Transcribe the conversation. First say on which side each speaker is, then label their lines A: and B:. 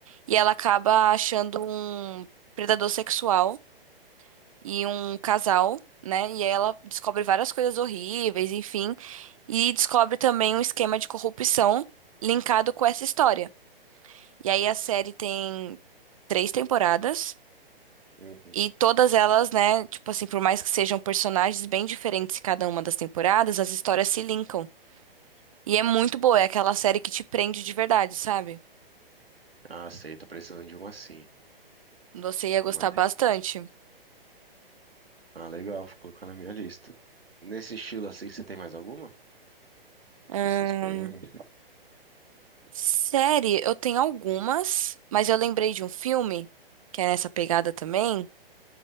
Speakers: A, on the right; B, on the right.
A: e ela acaba achando um predador sexual e um casal, né? E aí ela descobre várias coisas horríveis, enfim, e descobre também um esquema de corrupção linkado com essa história. E aí a série tem três temporadas.
B: Uhum.
A: E todas elas, né, tipo assim, por mais que sejam personagens bem diferentes em cada uma das temporadas, as histórias se linkam. E é muito boa, é aquela série que te prende de verdade, sabe?
B: Ah, sei, tô precisando de uma sim.
A: Você ia gostar
B: Uma sim.
A: bastante.
B: Ah, legal, vou colocar na minha lista. Nesse estilo assim, você tem mais alguma? Se
A: Ahn,
B: suspense?
A: série, eu tenho algumas, mas eu lembrei de um filme, que é nessa pegada também,